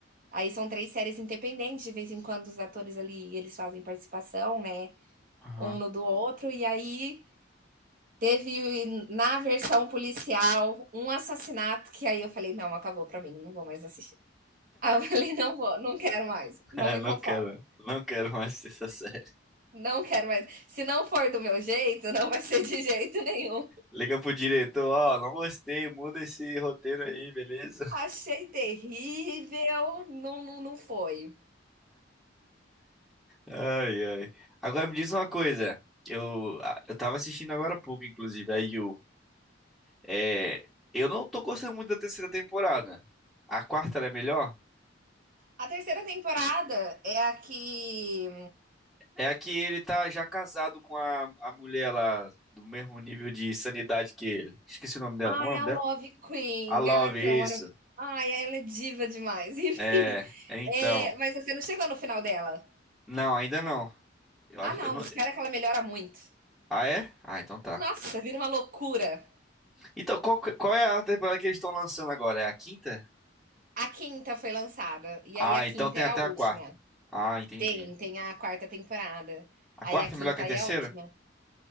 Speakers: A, on the right (about 50°); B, in the centre.
A: Aí são três séries independentes, de vez em quando os atores ali, eles fazem participação, né?
B: Aham.
A: Um no
B: <laughs>
A: do outro, e aí teve na versão policial um assassinato que aí eu falei, não, acabou pra mim, não vou mais assistir. Aí eu falei, não vou, não quero mais, não
B: É,
A: me
B: não
A: conformo,
B: quero, não quero mais <laughs> essa série.
A: não quero mais. Se não for do meu jeito, não vai ser de jeito nenhum.
B: Liga pro diretor, ó, não gostei, muda esse roteiro aí, beleza?
A: Achei terrível. Não, não, não foi.
B: Ai, ai. Agora me diz uma coisa. Eu, a- eu tava assistindo agora há pouco, inclusive, a Yu. É, eu não tô gostando muito da terceira temporada. A quarta ela é melhor?
A: A terceira temporada é a que.
B: É a que ele tá já casado com a, a mulher lá, do mesmo nível de sanidade que ele. Esqueci o nome dela.
A: Ai,
B: Como é o nome
A: a
B: dela?
A: Love Queen.
B: A Love,
A: Ela é tão.
B: isso.
A: marav- Ai, ela é diva demais. <laughs> Enfim.
B: É, é então.
A: É, mas você não chegou no final dela.
B: Não, ainda não. Eu
A: Ah,
B: acho,
A: não.
B: eu não...
A: Espera que ela melhora muito.
B: Ah, é? Ah, então tá.
A: Nossa, vira uma loucura.
B: Então, qual, que- qual é a temporada que eles estão lançando agora? É a quinta?
A: A quinta foi lançada. E
B: Ah,
A: aí a
B: então
A: quinta
B: tem
A: é
B: até
A: a última.
B: a quarta. Ah, entendi.
A: Tem, tem a quarta temporada.
B: A
A: Aí
B: quarta
A: a quinta
B: é melhor que a terceira?
A: é a última.